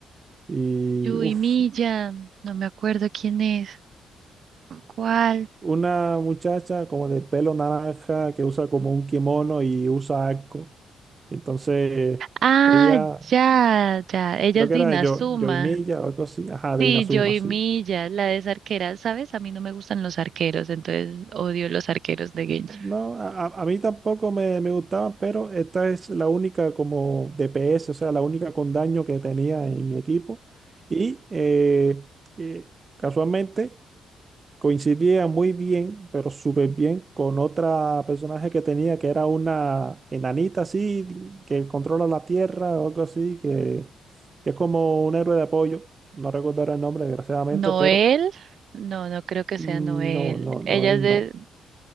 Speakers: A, on the right (about 25°); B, on the right (about 45°).
A: Y,
B: Yui
A: uff,
B: Milla, no me acuerdo quién es, cuál.
A: una muchacha como de pelo naranja que usa como un kimono y usa arco. Entonces,
B: Ah,
A: ella,
B: ya, ya, ella
A: creo
B: es
A: que
B: de
A: era
B: Inazuma.
A: de yo, Yoimiya o algo así, ajá,
B: Sí,
A: de Inazuma,
B: Joey
A: sí.
B: Milla, la de esa arquera, ¿sabes? A mí no me gustan los arqueros, entonces odio los arqueros de Genshin.
A: No, a, a- a mí tampoco me, me gustaba, pero esta es la única como DPS, o sea, la única con daño que tenía en mi equipo. Y eh, eh, casualmente... coincidía muy bien, pero súper bien con otra personaje que tenía, que era una enanita así, que controla la tierra o algo así, que, que es como un héroe de apoyo. No recuerdo ahora el nombre, desgraciadamente,
B: Noel,
A: pero
B: no, no creo que
A: mm,
B: sea Noel.
A: no, no, no,
B: Ella
A: él
B: es de...
A: no.